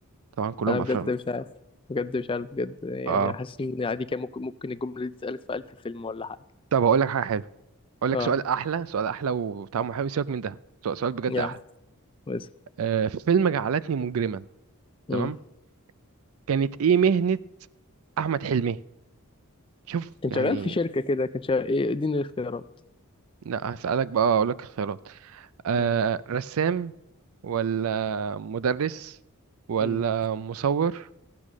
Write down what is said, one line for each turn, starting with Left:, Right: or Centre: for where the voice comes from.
Right: طبعا كلهم
Left: انا
Right: أفلام
Left: بجد مش عارف بجد مش عارف بجد يعني
Right: آه
Left: حاسس ان عادي كان ممكن ممكن الجملة دي اتسألت في ألف فيلم ولا حاجة
Right: طب هقول لك حاجة حلوة أقول لك
Left: اه
Right: سؤال أحلى سؤال أحلى وطعمه حلو سيبك من ده سؤال سؤال بجد
Left: يا
Right: أحلى
Left: بس
Right: آه فيلم جعلتني مجرما تمام
Left: أمم.
Right: كانت إيه مهنة أحمد حلمي شوف
Left: كان
Right: يعني
Left: شغال في شركة كده كان شغال ايه اديني الاختيارات
Right: لا هسألك بقى أقول لك الخيارات آه
Left: أمم.
Right: رسام ولا مدرس ولا
Left: أمم.
Right: مصور